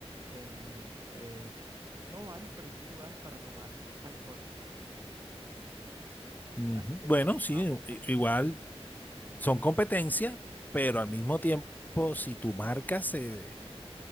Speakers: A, on the right; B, on the left.
A: em, de, no bares, pero sí lugares para tomar alcohol.
B: Ujú.
A: Así que
B: Bueno,
A: por eso
B: sí,
A: estaba pensando,
B: i- igual son competencias, pero al mismo tiempo, si tu marca se